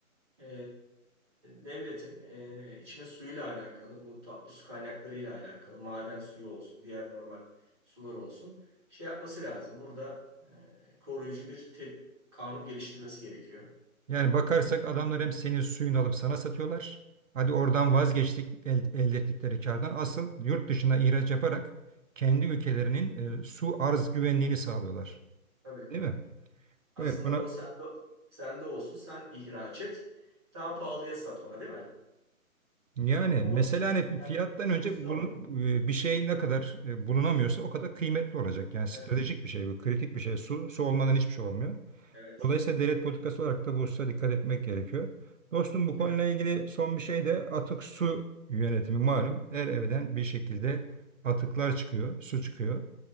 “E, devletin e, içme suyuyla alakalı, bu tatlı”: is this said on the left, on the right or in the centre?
Right